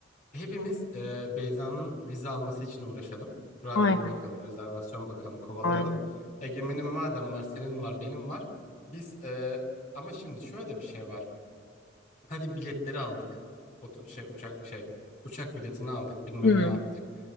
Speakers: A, on the left; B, on the left.
A: Hepimiz e, Beyza'nın vize alması için uğraşalım. Randevu
B: Aynen
A: bakalım, rezervasyon bakalım, kovalayalım.
B: aynen.
A: Egemen'in madem var, senin var, benim var. Biz e, ama şimdi şöyle de bir şey var. Hadi biletleri aldık. Otu- şey uçak şey uçak biletini aldık, bilmem
B: Hı.
A: ne yaptık.